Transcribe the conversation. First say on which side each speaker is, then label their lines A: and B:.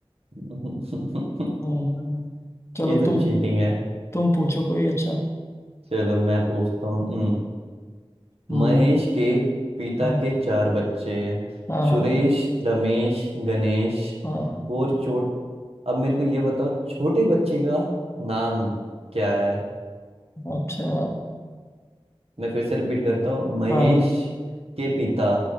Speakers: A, on the right; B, on the left.
A: <laughs>
B: हम्म, चलो
A: ये तो
B: तुम
A: चीटिंग है
B: तुम पूछो कोई अच्छा
A: चलो मैं पूछता हूँ हम्म,
B: हम्म
A: महेश के पिता
B: हाँ
A: के चार बच्चे हैं
B: हाँ हाँ
A: सुरेश रमेश गणेश
B: हाँ
A: और छोट अब मेरे को ये बताओ छोटे बच्चे का नाम क्या है
B: अच्छा
A: मैं फिर से रिपीट करता हूँ महेश
B: हाँ
A: के पिता